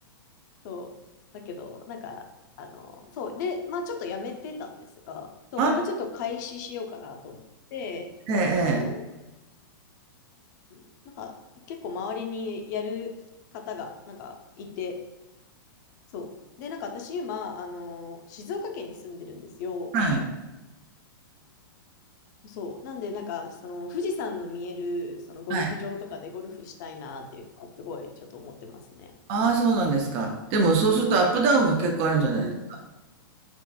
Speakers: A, on the left; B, on the right.
A: そう。だけど、なんか、あの、そう。で、まあちょっとやめてたんですが、そう、
B: あ、
A: またちょっと開始しようかなと思って、
B: ええ、
A: そ
B: ええ
A: う。なんか、結構周りにやる方が、なんか、いて、そう。で、なんか私今、あの、静岡県に住んでるんですよ。
B: はい、
A: そう。なんで、なんか、その、富士山の見える、その、ゴルフ場とかでゴルフしたいなっていうのは、
B: はい。
A: すごい、ちょっと思ってますね。
B: ああ、そうなんですか。でもそうするとアップダウンが結構あるんじゃないですか。
A: うん。